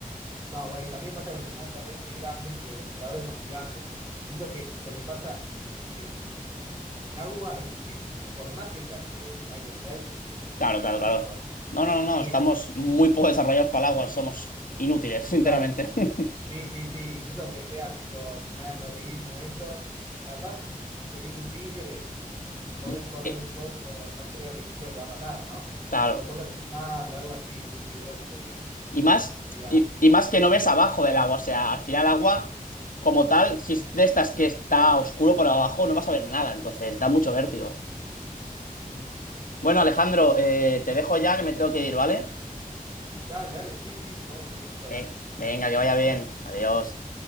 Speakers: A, on the right (about 25°); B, on the left (about 65°).
A: no, güey, también pasa en los animales terrestres grandes que los depredadores son gigantes. Yo Siento que lo que pasa en, en el agua es que por más que seas eh, Michael Phelps,
B: Claro, claro,
A: no
B: claro.
A: vas a poder.
B: No, no, no,
A: Ni
B: no. Estamos
A: el cin-
B: muy poco desarrollados para el agua. Somos inútiles, <laughs> sinceramente.
A: Total.
B: <laughs>
A: Sí, sí, sí. Incluso aunque seas tipo, nada rapidísimo eso, capaz te viene un tigre y podés
B: Y,
A: correr
B: eh,
A: un poco, no creo que, creo que te va a matar, ¿no?
B: claro.
A: O podés asustarlo, algo así, pero un tiburón no creo.
B: Y más,
A: Olvidar.
B: y, y más que no ves abajo del agua. O sea, al final el agua, como tal, si es de estas que está oscuro por abajo, no vas a ver nada. Entonces, da mucho vértigo.
A: Mm.
B: Bueno, Alejandro, eh, te dejo ya que me tengo que ir, ¿vale?
A: Dale, dale, sí, sí, podemos seguir más adelante.
B: Eh, venga, que vaya bien. Adiós.